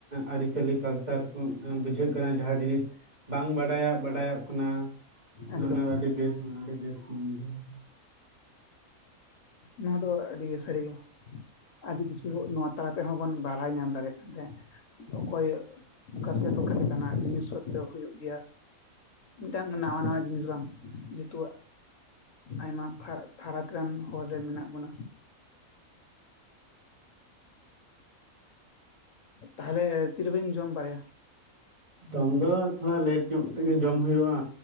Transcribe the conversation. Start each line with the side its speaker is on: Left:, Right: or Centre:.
Right: ᱟᱹᱨᱤᱪᱟᱹᱞᱤ ᱠᱟᱞᱪᱟᱨ ᱵᱩᱡᱷᱟᱹᱜ ᱠᱟᱱᱟ ᱡᱟᱦᱟᱸ ᱡᱤᱱᱤᱥ ᱵᱟᱝ ᱵᱟᱰᱟᱭᱟᱜ ᱵᱟᱰᱟᱭᱚᱜ ᱠᱟᱱᱟ᱾ ᱱᱟ
Left: ᱮᱠᱫᱚᱢ
Right: ᱱᱟ ᱟᱹᱰᱤ ᱵᱮᱥ ᱟᱹᱰᱤ ᱵᱮᱥ ᱠᱷᱚᱱ ᱵᱩᱡᱷᱟᱣ ᱮᱫᱟ᱾
Left: ᱱᱚᱣᱟ ᱫᱚ ᱟᱹᱰᱤ ᱜᱮ ᱥᱟᱹᱨᱤ ᱜᱮ ᱟᱹᱰᱤ ᱠᱤᱪᱷᱩ
Right: ᱠᱮᱫᱟ᱾
Left: ᱱᱚᱣᱟ ᱛᱟᱞᱟ ᱛᱮᱦᱚᱸ ᱵᱚᱱ ᱵᱟᱲᱟᱭ ᱧᱟᱢ ᱫᱟᱲᱮᱭᱟᱜ ᱠᱟᱱ ᱛᱟᱦᱮᱸᱜ ᱚᱠᱚᱭ ᱚᱠᱟᱥᱮᱫ ᱚᱠᱟ ᱞᱮᱠᱟᱱᱟᱜ ᱡᱤᱱᱤᱥ ᱯᱚᱛᱨᱚ ᱦᱩᱭᱩᱜ ᱜᱮᱭᱟ ᱢᱤᱫᱴᱟᱝ ᱱᱟᱣᱟ ᱱᱟᱣᱟ ᱡᱤᱱᱤᱥ ᱵᱟᱝ ᱡᱮᱦᱮᱛᱩ ᱟᱭᱢᱟ ᱯᱷᱟ- ᱯᱷᱟᱨᱟᱠ ᱨᱮᱱ ᱦᱚᱨ ᱨᱮ ᱢᱮᱱᱟᱜ ᱵᱚᱱᱟ᱾ ᱛᱟᱦᱚᱞᱮ ᱛᱤᱨᱮ ᱵᱟᱹᱧ ᱡᱚᱢ ᱵᱟᱲᱟᱭᱟ
Right: ᱡᱚᱢ ᱫᱚ ᱛᱷᱚᱲᱟ ᱞᱮᱴ ᱧᱚᱜ ᱠᱟᱛᱮᱜ ᱜᱮ ᱡᱚᱢ ᱦᱩᱭᱩᱜᱼᱟ